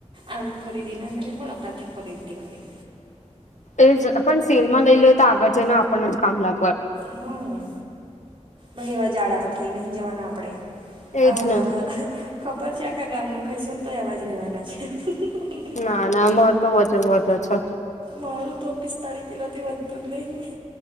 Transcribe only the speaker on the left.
એ જ પણ સેલ માં લઈ લે તો આગળ જઈને આપણને જ કામ લાગવા.
એજ
ને
ના ના અમાર તો વજન વધો છે.